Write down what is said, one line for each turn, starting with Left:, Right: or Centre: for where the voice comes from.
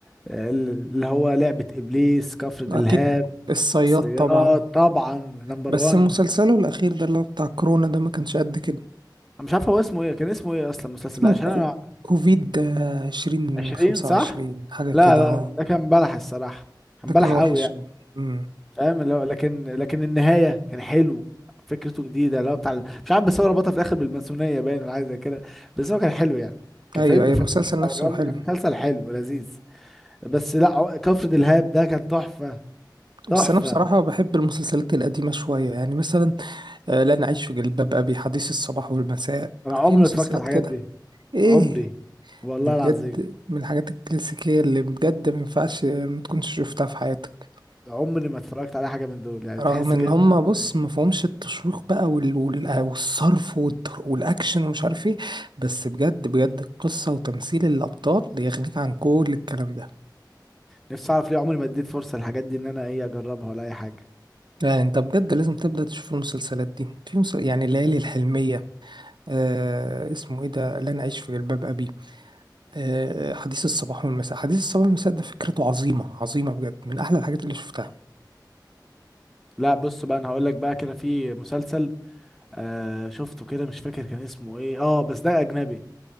Centre: آه، ال- اللي هو لعبة إبليس كفر دلهاب
Right: اكيد الصياد
Centre: الصياد
Right: طبعا
Centre: طبعا نمبر
Right: بس
Centre: وان
Right: مسلسله الاخير ده اللي هو بتاع كورونا ده ما كانش قد كده
Centre: أنا مش عارف هو اسمه إيه كان اسمه إيه أصلا المسلسل
Right: اسمه
Centre: ده عشان
Right: كو-
Centre: أنا
Right: كوفيد عشرين
Centre: عشرين
Right: خمسة
Centre: صح؟
Right: وعشرين حاجة كده
Centre: لا لا
Right: اه
Centre: ده كان بلح الصراحة كان
Right: ده
Centre: بلح
Right: كان وحش
Centre: قوي يعني
Right: أوي امم
Centre: فاهم اللي هو لكن لكن النهاية كان حلو فكرته جديدة اللي هو بتاع ال- مش عارف بس هو ربطها في الآخر بالماسونية باين ولا حاجة زي كده بس هو كان حلو يعني كفيلم
Right: ايوه ايوه
Centre: ف...
Right: المسلسل نفسه
Centre: أو كان
Right: حلو
Centre: كان مسلسل حلو لذيذ بس لا ع- كفر دلهاب ده كان تحفة تحفة
Right: بس انا بصراحه بحب المسلسلات القديمه شويه يعني مثلا آه، لن اعيش في جلباب ابي حديث الصباح والمساء
Centre: انا عمري
Right: في مسلسلات
Centre: ما اتفرجت على الحاجات
Right: كده
Centre: دي
Right: ايه
Centre: عمري والله
Right: دي بجد
Centre: العظيم
Right: من الحاجات الكلاسيكيه اللي بجد ما ينفعش ما تكونش شفتها في حياتك
Centre: عمري ما اتفرجت على حاجة من دول يعني
Right: رغم
Centre: تحس
Right: ان
Centre: كده
Right: هم
Centre: إن
Right: بص
Centre: هو إيه.
Right: ما فيهمش التشويق بقى وال... وال... آه، والصرف والت- والاكشن ومش عارف ايه بس بجد بجد القصه وتمثيل الابطال يغنيك عن كل الكلام ده
Centre: نفسي اعرف ليه عمري ما اديت فرصة للحاجات دي ان انا ايه اجربها ولا اي حاجة
Right: يعني انت بجد لازم تبدأ تشوف المسلسلات دي في مسل... يعني الليالي الحلمية آه اسمه ايه ده لن اعيش في جلباب ابي آه حديث الصباح والمساء حديث الصباح والمساء ده فكرته عظيمة عظيمة بجد من احلى الحاجات اللي شفتها
Centre: لا بص بقى انا هقول لك بقى كده في مسلسل آه شفته كده مش فاكر كان اسمه ايه اه بس ده اجنبي